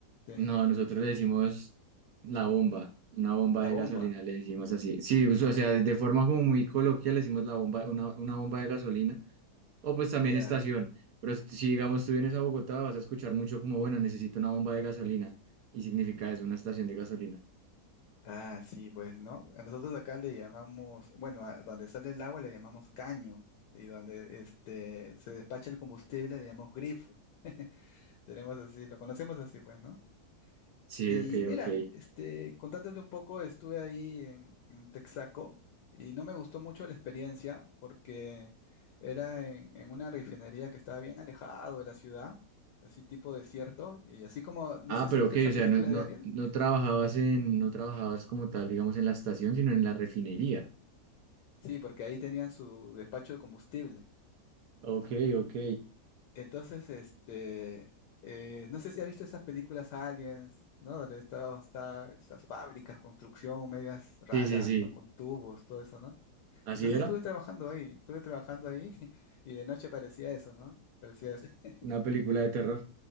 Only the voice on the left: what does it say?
Sí,
<laughs>
La
bomba.
Ya.
Ah, sí, pues, ¿no? A nosotros acá le llamamos, bueno, a donde sale el agua le llamamos caño, y donde este, se despacha el combustible le llamamos grifo. Tenemos así, lo conocemos así, pues, ¿no?
Y
mira,
este, contándote un poco, estuve ahí en, en Texaco y no me gustó mucho la experiencia porque era en, en una refinería que estaba bien alejado de la ciudad, así tipo desierto, y así como, no
sé
si has visto
esas
películas
de Aliens,
sí, porque ahí tenían su despacho de combustible.
Entonces, este, eh, no sé si has visto esas películas Aliens, ¿no? Donde estaba, está esas fábricas, construcción, medias raras,
¿no? Con tubos, todo eso, ¿no?
Entonces
estuve trabajando ahí, estuve trabajando ahí <laughs> y de noche parecía eso, ¿no? Parecía es- <laughs>